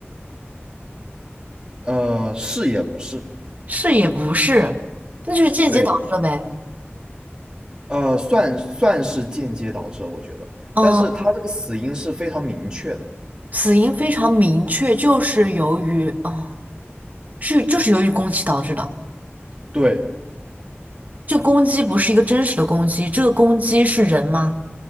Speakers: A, on the right (about 20°); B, on the right (about 35°).
A: 呃，是也不是，
B: 是也不是，那就是间接导致了呗。
A: 对，呃，算算是间接导致了，我觉得，
B: 嗯，
A: 但是他这个死因是非常明确的。
B: 死因非常明确，就是由于，嗯，是就是由于攻击导致的。
A: 对，
B: 这攻击不是一个真实的攻击，这个攻击是人吗？